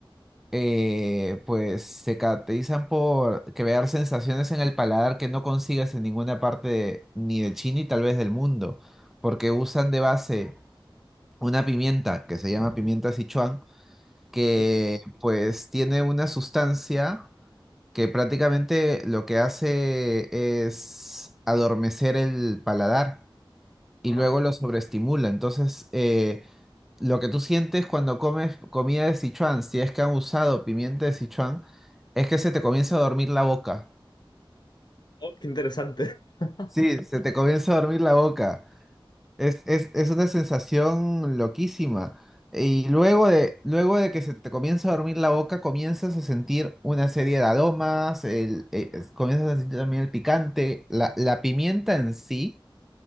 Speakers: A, in the centre; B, on the left.
A: eh, pues se caracterizan por crear sensaciones en el paladar que no consigues en ninguna parte de- ni de China y tal vez del mundo, porque usan de base una pimienta que se llama pimienta Sichuan, que
B: ujú.
A: pues tiene una sustancia que prácticamente lo que hace es adormecer el paladar y
B: Ah,
A: luego lo sobreestimula. Entonces, eh, lo que tú sientes cuando comes comida de Sichuan, si es que han usado pimienta de Sichuan, es que se te comienza a dormir la boca.
B: oh, qué interesante. <laughs>
A: Sí, se te comienza a dormir la boca. Es, es, es una sensación loquísima. Y luego de, luego de que se te comienza a dormir la boca, comienzas a sentir una serie de aromas, el- eh, es- comienzas a sentir también el picante, la, la pimienta en sí.